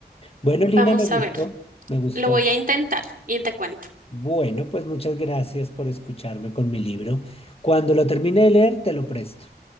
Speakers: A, on the left; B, on the right.
A: Bueno, Lina,
B: Vamos
A: me gustó,
B: a ver,
A: me gustó.
B: lo voy a intentar y te cuento.
A: Bueno, pues muchas gracias por escucharme con mi libro. Cuando lo termine de leer, te lo presto.